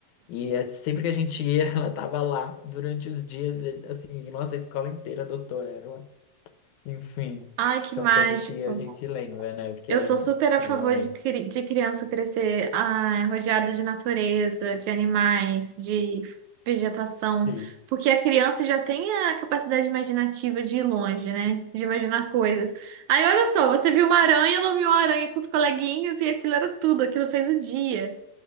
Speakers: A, on the left; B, on the right.
A: E é- sempre que a gente ia, <laughs> ela tava lá durante os dias, e, assim, nossa, a escola inteira adotou ela. Enfim,
B: Ai, que
A: são
B: mágico.
A: coisas que a gente lembra, né? Porque
B: Eu
A: eram,
B: sou super
A: sim,
B: a favor
A: momentos.
B: de, cri- de criança crescer ah, rodeada de natureza, de animais, de vegetação,
A: Sim,
B: porque a criança já tem a capacidade imaginativa de ir longe, né? De imaginar coisas. Aí olha só, você viu uma aranha, nomeou a aranha com os coleguinhas e aquilo era tudo, aquilo fez o dia.